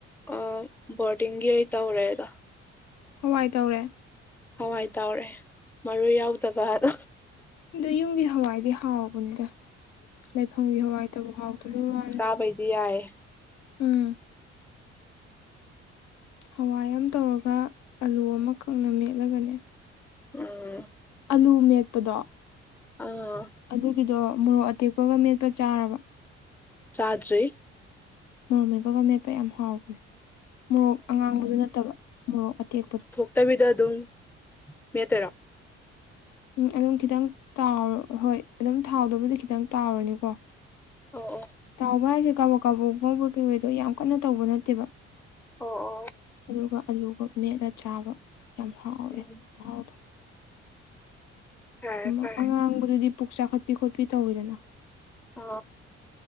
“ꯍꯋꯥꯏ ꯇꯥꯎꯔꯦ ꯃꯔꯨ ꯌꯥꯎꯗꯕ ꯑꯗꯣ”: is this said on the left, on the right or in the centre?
Centre